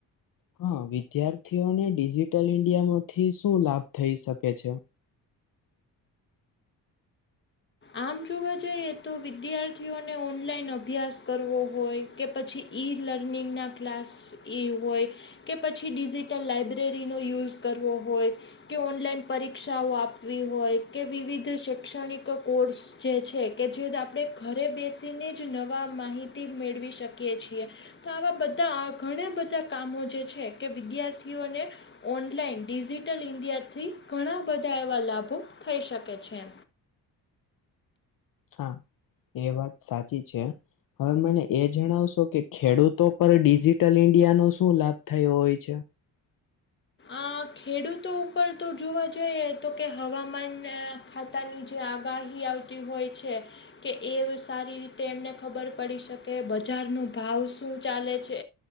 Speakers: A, on the left; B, on the left.
A: હા વિદ્યાર્થીઓને ડિજિટલ ઈન્ડિયા માંથી શું લાભ થઈ શકે છે?
B: આમ જોવા જઈએ તો વિદ્યાર્થીઓને ઓનલાઈન અભ્યાસ કરવો હોય કે પછી ઈ લર્નિંગના ક્લાસ એ હોય કે પછી ડિજિટલ લાઈબ્રેરીનો યુઝ કરવો હોય કે ઓનલાઈન પરીક્ષાઓ આપવી હોય કે વિવિધ શૈક્ષણિક એક કોર્સ જે છે કે જે આપણે ઘરે બેસીને જ નવા માહિત તી મેળવી શકીએ છીએ. તો આવા બધા ઘણા બધા કામો જે છે કે વિદ્યાર્થીઓને ઑનલાઈન ડિજિટલ ઈન્ડિયાથી ઘણા બધા એવા લાભો થઈ શકે છે.
A: હા એ વાત સાચી છે. હવે મને એ જણાવશો કે ખેડૂતો પર ડિજિટલ ઈન્ડિયાનો શું લાભ થયો હોય છે?
B: આ ખેડૂતો ઉપર તો જોવા જઈએ તો કે હવામાન ખાતાની જે આગાહી આવતી હોય છે કે એ સારી રીતે એમને ખબર પડી શકે, બજારનો ભાવ શું ચાલે છે